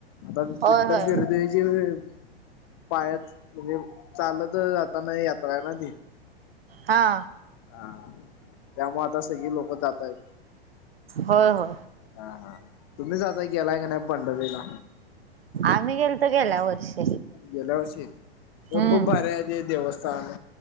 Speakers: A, on the left; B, on the right.
A: आता
B: होय
A: विटल
B: होय
A: वेे पाया म्हणजे चालत जातना यात्रा ना.
B: हा.
A: हा त्यामुळे आता सगळी लोक जातय
B: होय हो
A: हा हा तुम्ही जाताय गेलाय का नाही पंढरीला
B: आम्ही गेलत गेल्या वर्षी
A: गेल्या वर्षी
B: हम्म
A: खूप भारी हाय ते देवस्थान